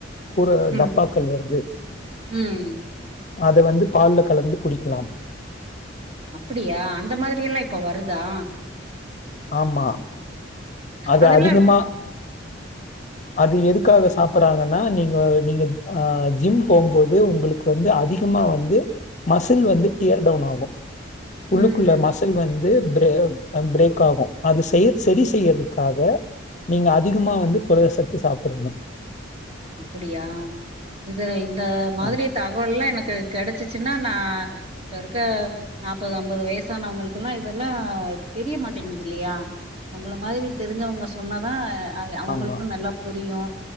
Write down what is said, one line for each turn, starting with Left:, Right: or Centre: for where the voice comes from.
Left: ஒரு
Right: ம்
Left: டப்பாக்கள் வருது
Right: ம்
Left: அத வந்து பால்ல கலந்து குடிக்கலாம்
Right: அப்படியா அந்த மாதிரி எல்லா இப்ப வருதா
Left: ஆமா அது
Right: அதுல
Left: அதிகமா அது எதுக்காக சாப் சப்புட்றாங்கன்னா நீங்க நீங்க ஆ ஜிம் போம்போது உங்களுக்கு வந்து அதிகமா வந்து மசில்
Right: ம்
Left: வந்து டியர் டவுன் ஆகு உள்ளுக்குள்ள
Right: ம்
Left: மசி மசில் வந்து பிரே பிரேக் ஆகு அது செய் செரி செய்யிறது காக நீங்க அதிகமா வந்து புரதசத்து சாப்புட்றீங்க
Right: அப்படியா இது இந்த மாரி
Left: ஆமா,
Right: தாக் அப்பல்லா எனக்கு கெடைச்சிச்சுன்னா நா இப்ப இருக்க நாற்பது ஐம்பது வயசானவங்களுக்குல்லா இதெல்லா தெரியமாட்டேங்குது இல்லயா உங்கள மாரி தெரிஞ்சவங்க சொன்னாதா அவுங்களுக்கு
Left: ஆமா,
Right: நல்லா புரியு